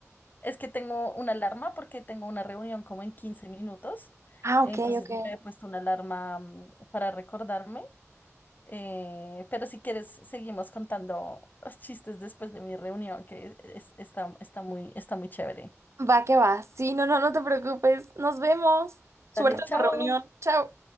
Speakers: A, on the left; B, on the right.
A: Es que tengo una alarma porque tengo una reunión como en 15 minutos,
B: Ah,
A: entonces
B: ok, ok.
A: yo he puesto una alarma mm, para recordarme, eh, pero si quieres seguimos contando los chistes después de mi reunión, que es- está, está muy, está muy chévere.
B: Va que va. Sí, no, no, no te preocupes. Nos vemos. Suerte
A: Dale, chao.
B: en tu reunión. Chao.